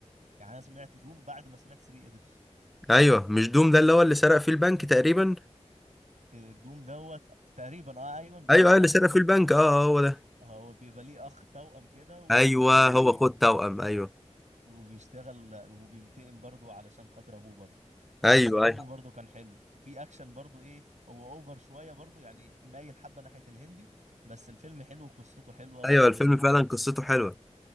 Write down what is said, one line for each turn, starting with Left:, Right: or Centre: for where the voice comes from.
Right: يعني انا سمعت دوم بعد ما سمعت 3 ايديتس
Centre: ايوه مش دوم ده اللي هو اللي سرق فيه البنك تقريبا
Right: آه، دوم دوت تقريبا اه ايوه بتاع
Centre: ايوه
Right: البنك
Centre: ايوه اللي سرق
Right: اه
Centre: فيه البنك اه آه، هو ده
Right: هو بيبقى ليه اخ توأم كده وبي...
Centre: ايوه هو خد توأم ايوه
Right: وبيشتغل وبينتقم برضه علشان خاطر ابوه برضه
Centre: ايوه
Right: بس الفيلم
Centre: ايوه
Right: برضه كان حلو وفي اكشن برضه ايه هو اوفر شويه برضه يعني مايل حبه ناحيه الهندي بس الفيلم حلو وقصته حلوه والتمثيل
Centre: ايوه الفيلم فعلا
Right: حلو
Centre: قصته حلوه